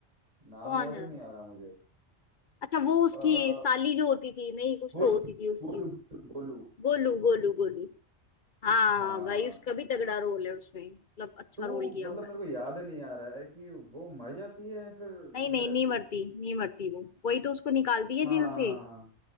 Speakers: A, on the right (about 35°); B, on the left (about 50°).
A: नाम
B: कौन
A: याद
B: है
A: नहीं आ रहा मुझे
B: अच्छा वो उसकी
A: अ,
B: साली जो होती थी नहीं कुछ
A: गोलू
B: तो होती थी उसकी
A: गोलू गोलू गोलू
B: गोलू गोलू गोलू हाँ
A: हाँ
B: भाई उसका भी तगड़ा रोल है उसमें मतलब अच्छा
A: टू
B: रोल किया
A: मतलब
B: हुआ
A: मेरे
B: है
A: को याद नहीं आ रहा है कि वो मर जाती है या फिर
B: नहीं
A: जिंदा
B: नहीं
A: रहती
B: नहीं मरती
A: है
B: नहीं मरती वो वही तो उसको निकालती है
A: हाँ
B: जेल से